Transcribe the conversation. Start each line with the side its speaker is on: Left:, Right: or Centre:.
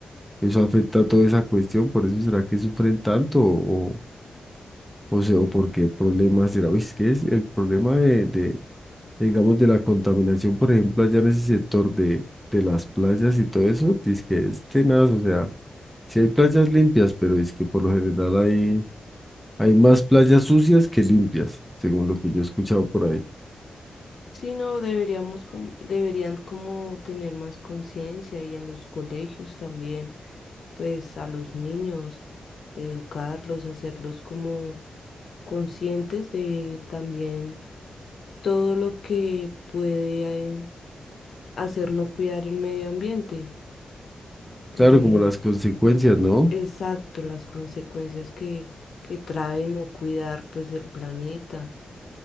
Centre: eso afecta a toda esa cuestión, por eso será que sufren tanto o, o, o sea, o por qué problema será. Uy, es que es el problema de, de, digamos, de la contaminación, por ejemplo, allá en ese sector de, de las playas y todo eso, dice que es tenaz, o sea, si hay playas limpias, pero es que por lo general hay, hay más playas sucias que limpias, según lo que yo he escuchado por ahí.
Left: Sí, no, deberíamos como, deberían como tener más conciencia y en los colegios también, pues a los niños, educarlos, hacerlos como conscientes de también todo lo que puede hacer no cuidar el medio ambiente. Por
Centre: Claro,
Left: ejemplo,
Centre: como las consecuencias, ¿no?
Left: exacto, las consecuencias que, que trae no cuidar pues el planeta.